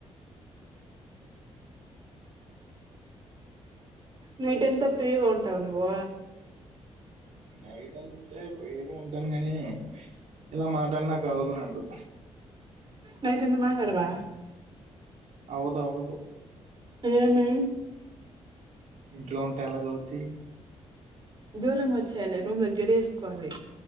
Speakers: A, on the right; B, on the right.
A: నైట్ అంత ఫ్రీగా ఉంటావ నువ్వు
B: నైటంటే ఫ్రీ గ ఉంటాను గానీ ఇలా మాట్లాడనాకు అవదు నాకు.
A: నైటంత మాట్లాడవా
B: అవ్వధవ్వదు
A: ఏమీ
B: ఇంట్లో ఉంటె ఎలాగవుద్ది
A: దూరంగా వచ్చేయాలి రూమ్ లో గెడి వేసుకోని